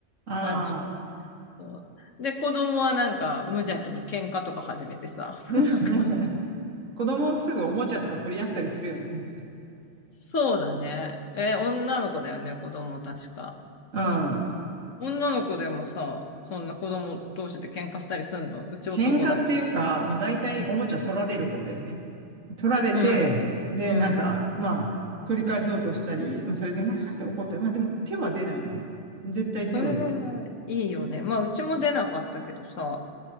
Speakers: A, on the right; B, on the left.
A: ああ。
B: あの、そうで、子供はなんか無邪気に喧嘩とか始めてさ、
A: <laughs>
B: <laughs>
A: 子供すぐおもちゃとか取り合ったりするよね。
B: そうだね。え、女の子だよね、子供確か。
A: うん。
B: 女の子でもさ、そんな子供同士で喧嘩したりすんのうち男だけど。
A: 喧嘩っていうか、まあ、大体おもちゃ取られる方だよね。
B: うん。
A: 取られて、
B: うん。
A: で、
B: うん
A: なんか、まあ、取り返そうとしたり、まあ、それで、うわーって怒ったり、まあ、でも手は出ないね。絶対手は出ない。
B: それはいいよね。まあ、うちも出なかったけどさ。